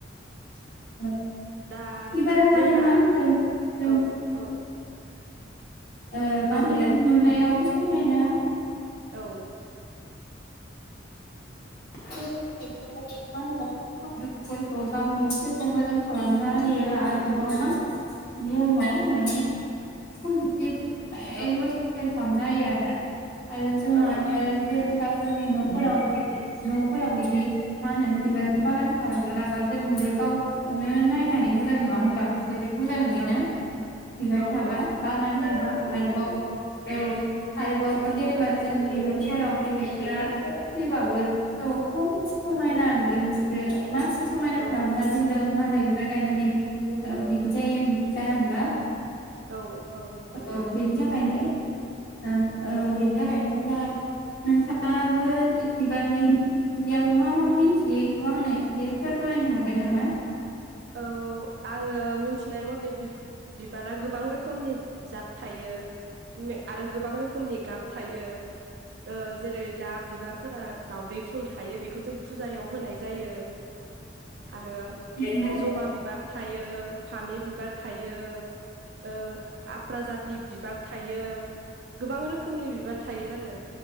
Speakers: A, on the left; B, on the right.
A: <unintelligible>
B: दा
A: बिबारा माने
B: जोंहा
A: मा होनगोन जों
B: औ औ।
A: ओ मा
B: औ
A: होनगोन
B: दे
A: नुनायाव समायना।
B: औ।
A: <unintelligible> दुखुफोरखौ बा मुटफोरखौ मोजां खालामना होयो आरोबाव मा बुहुमाव माने पजिटिभ। <unintelligible>
B: औ
A: <unintelligible> आरो जों
B: औ
A: मानो जेनबा सा जोंनि नफोराव इबायदि न'फोराव बिदि मा होनो बिबार बागान खालामना लाबा जोंबो गावखोनो नायनानै मोजां नुङा होमबा जोबोद मोजां नुयोना
B: औ
A: बिबार
B: औ
A: थाबा
B: औ
A: बागान थाबा
B: उम
A: आरोबाव औ आरोबाव जेनेबा जोंनि न' सेराव बेलेगफोरा फैबाव गोन औ खम समायना नुगोन बिसोरो समायना
B: औ
A: खालामना दोनदों मालाय बिबार गायनानै बिदि ओ बिदि जायो जाया होमबा।
B: औ औ जायो
A: औ बेनि थाखायनो ओं औ बिनि थाखायनो मोजां नोंथाङाबो बे बिबारनि इयाव मा मा मिन्थियो इखौ आंनो एसे फोरमायनो हागोन नामा
B: औ आङो मिन्थिनाय मते बिब-बिबारा गोबां रोखोमनि जात थायो उम मे आरो गोबां रोखोमनि गाब थायो ओ जेरै दा बिबारफोरा दाउदै फुल थायो बेखौ जों फुजायाव होनाय जायो आरो
A: ओमफ्राय
B: जबा बिबार थायो फामे बिबार थायो ओ आफ्रा जाति बिबार थायो । गोबां रोखोमनि बि बिबार थायो आरो।